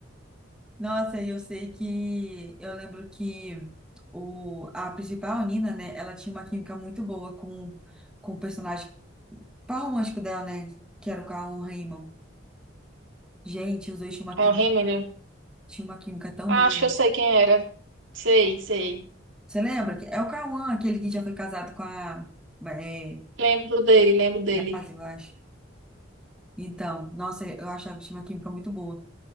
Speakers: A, in the centre; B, on the right (about 85°).
A: Nossa, e eu sei que... Eu lembro que o, a principal, Nina, né? Ela tinha uma química muito boa com, com o personagem Par romântico dela, né? Que era o Cauã Raymond. Gente, os dois tinham uma
B: É
A: química,
B: o Remember.
A: tinham uma química tão
B: Ah,
A: boa.
B: acho que eu sei quem era. Sei, sei.
A: Você lembra? que É o Cauã, aquele que já foi casado com a é,
B: Lembro dele, lembro dele.
A: Grazi, eu acho. Então, nossa, eu achava que tinha uma química muito boa.